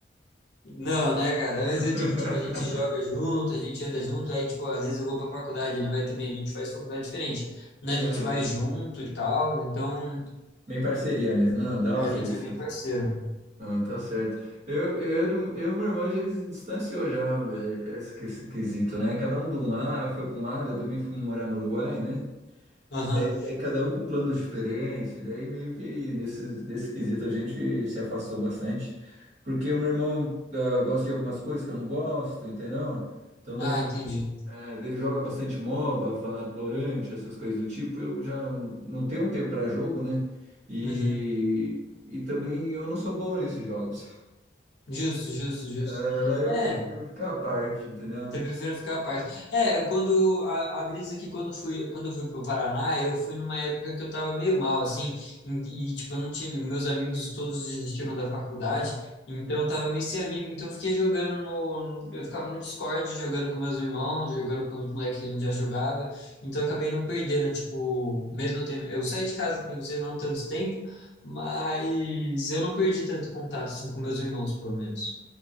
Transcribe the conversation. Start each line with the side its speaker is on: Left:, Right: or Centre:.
Left: Não, né, cara? Às vezes
Right: <laughs>
Left: eu digo, tipo, a gente joga junto, a gente anda junto, aí, tipo, às vezes eu vou pra faculdade, ele vai também, a gente faz faculdade diferente, né?
Right: Aham.
Left: A gente vai junto e tal, então
Right: Bem parceria mesmo. Não, da
Left: a
Right: hora
Left: gente
Right: isso.
Left: é bem parceiro.
Right: Ah, tá certo. Eu, eu, eu e meu irmão já se distanciou já é, é esse, que- esse quesito, né? Cada um de um lado, foi para um lado, eu também fui morar no Uruguai, né?
Left: Aham.
Right: Daí, daí cada um com planos diferentes, daí meio que nesse, nesse quesito a gente se afastou bastante, porque o meu irmão ah, gosta de algumas coisas que eu não gosto, entendeu? Então
Left: Ah,
Right: daí
Left: entendi.
Right: É, ele joga bastante MOBA, Valorant, essas coisas do tipo. Eu já n- não tenho um tempo para jogo, né? E,
Left: Uhum.
Right: e também eu não sou bom nesses jogos. <laughs>
Left: Justo, justo, justo.
Right: É, daí eu
Left: É,
Right: prefiro ficar à parte, entendeu?
Left: Você prefere ficar à paz. É, quando a, a brisa que quando fui, quando eu fui pro Paraná, eu fui numa época que eu tava meio mal assim, e, e, tipo, eu não tinha, meus amigos todos desistiram da faculdade, então eu tava meio sem amigo, então eu fiquei jogando no, eu ficava no Discord jogando com meus irmãos, jogando com os moleques que a gente já jogava, então eu acabei não perdendo, tipo, mesmo eu tendo, eu saí de casa que nem você não tanto tempo, mas eu não perdi tanto contato assim com meus irmãos, pelo menos.